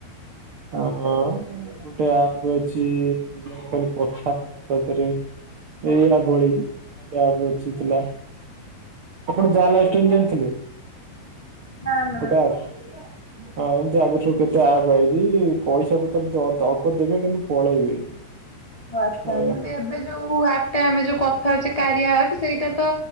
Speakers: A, on the right; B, on the left.
A: ହ ଗୋଟେ ଆପ ଅଛି ଖାଲି କଥା ତା ଦେହରେ ଏଇଆ ଭଳି ଆଉଟ ଅଛି ଥିଲା ଆପଣ ଯାହା ଲାଷ୍ଟ ଜାଣିଥିଲେ।
B: ନା ନା
A: ଟା ହଁ ଏମିତି ଆଗରୁ ସବୁ କେତେ ଆପ ଆଇ ଏଇ ପଇସା ପତ୍ର ଅଳ୍ପ ଦେବେ କିନ୍ତୁ ପଳେଇବେ।
B: ଓ ଆଚ୍ଛା
A: ଅ,
B: କିନ୍ତୁ ଏବେ ଯୋଉ ଆପ୍ ଟା ଆମେ ଯୋଉ କଥା ହଉଛେ କାରିଆ ଆପ୍ ସେଇଟା ତ